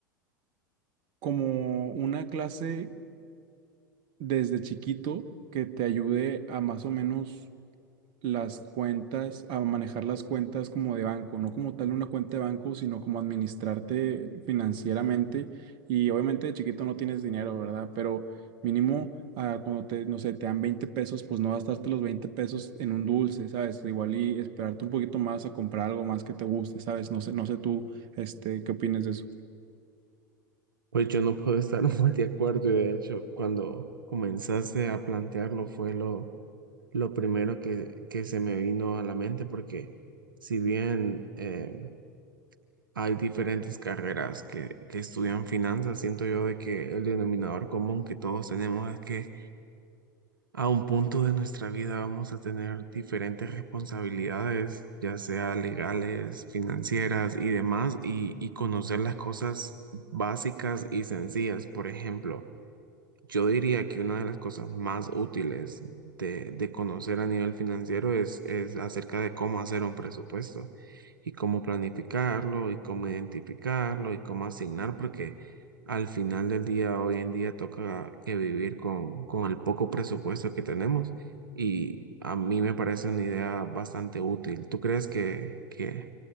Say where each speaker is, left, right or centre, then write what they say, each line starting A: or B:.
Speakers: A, on the right (about 50°); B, on the right (about 80°).
A: como una clase desde chiquito que te ayude a más o menos las cuentas, a manejar las cuentas como de banco, no como tal una cuenta de banco, sino como administrarte financieramente. Y obviamente de chiquito no tienes dinero, ¿verdad? Pero mínimo ah, cuando te, no sé, te dan 20 pesos, pues no gastarte los 20 pesos en un dulce, ¿sabes? Igual y esperarte un poquito más a comprar algo más que te guste, ¿sabes? No sé, no sé tú, este, ¿qué opinas de eso?
B: Pues yo no puedo estar <laughs> más de acuerdo y de hecho cuando comenzaste a plantearlo fue lo, lo primero que, que se me vino a la mente porque si bien em, hay diferentes carreras que, que estudian finanzas, siento yo de que el denominador común que todos tenemos es que A un punto de nuestra vida vamos a tener diferentes responsabilidades, ya sea legales, financieras y demás, y, y conocer las cosas básicas y sencillas. Por ejemplo, yo diría que una de las cosas más útiles de, de conocer a nivel financiero es, es acerca de cómo hacer un presupuesto y cómo planificarlo y cómo identificarlo y cómo asignar, porque al final del día, hoy en día, toca que vivir con, con el poco presupuesto que tenemos y a mí me parece una idea bastante útil. ¿Tú crees que, que